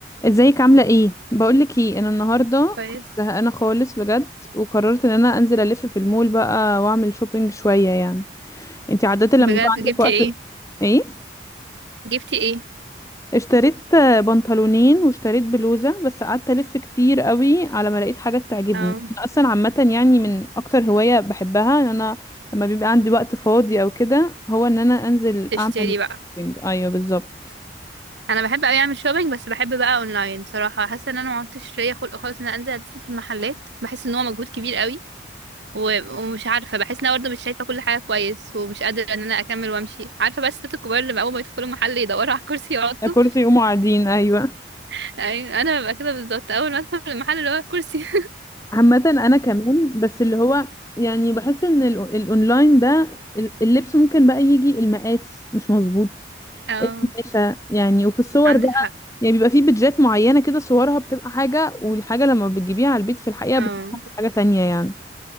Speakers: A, on the left; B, on the right.
A: ازيك عاملة ايه؟ بقولك ايه انا النهاردة
B: كويس
A: كنت زهقانة خالص بجد وقررت ان انا انزل الف في المول بقى واعمل شوبينج شوية يعني انتي عادة لما
B: بجد
A: بيبقى عندك
B: جبتي ايه
A: وقت ايه؟
B: جبتي ايه
A: اشتريت آه، بنطلونين واشتريت بلوزة بس قعدت الف كتير قوي على ما لقيت حاجة تعجبني
B: اه
A: انا اصلا عامة يعني من اكتر هواية بحبها ان انا لما بيبقى عندي وقت فاضي او كده هو ان انا انزل
B: تشتري
A: اعمل
B: بقى
A: شوبينج ايوه بالظبط
B: انا بحب اوي اعمل شوبينج بس بحب بقى اونلاين بصراحه حاسه ان انا ما عدتش ليا خلق خالص ان انا انزل الف في المحلات بحس ان هو مجهود كبير قوي و- ومش عارفه بحس ان انا برضه مش شايفه كل حاجه كويس ومش قادره ان انا اكمل وامشي عارفه بس الستات الكبار اللي اول ما يدخلوا محل يدوروا على كرسي يقعدوا
A: كرسي يقوموا قاعدين ايوه
B: <laughs> ايوه انا ببقى كده بالظبط اول ما ادخل المحل اللي هو كرسي
A: عامة انا كمان بس اللي هو يعني بحس ان ال- الاونلاين ده ال- اللبس ممكن بقى يجي المقاس مش مظبوط
B: <laughs> اه
A: القماشة يعني وفي الصور
B: عندك
A: بقى
B: حق
A: يعني بيبقى في بيدجات معينة كده صورها بتبقى حاجة والحاجة لما بتجيبيها على البيت في الحقيقة
B: اه
A: بتبقى حاجة تانية يعني